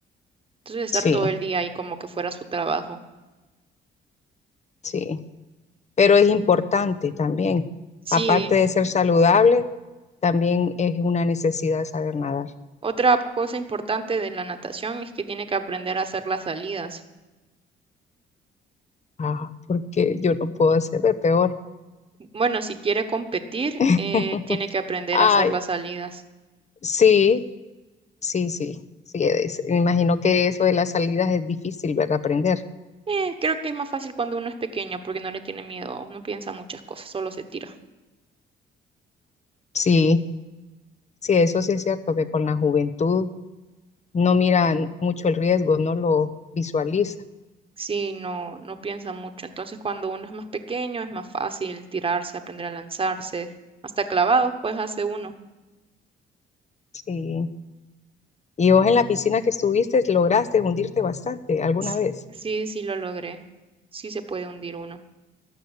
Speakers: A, on the right; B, on the left.
A: Entonces, estar
B: Sí,
A: todo el día ahí como que fuera su trabajo.
B: sí. pero es importante también.
A: Sí,
B: Aparte de ser saludable, también es una necesidad saber nadar.
A: otra cosa importante de la natación es que tiene que aprender a hacer las salidas.
B: Ah, porque yo no puedo hacer de peor.
A: Bueno, si quiere competir,
B: <laughs>
A: eh, tiene que aprender a hacer las
B: Ay,
A: salidas.
B: sí, sí, sí, sí. es- me imagino que eso de las salidas es difícil, ¿verdad? Aprender.
A: Eh, creo que es más fácil cuando uno es pequeño porque no le tiene miedo, no piensa muchas cosas, solo se tira.
B: Sí, sí, eso sí es cierto, que con la juventud no miran mucho el riesgo, no lo visualiza.
A: Sí, no, no piensa mucho. Entonces, cuando uno es más pequeño, es más fácil tirarse, aprender a lanzarse. Hasta clavados, pues hace uno.
B: Sí. Y vos en la piscina que estuviste, lograste hundirte bastante alguna
A: Sí,
B: vez.
A: sí, sí lo logré. Sí se puede hundir uno.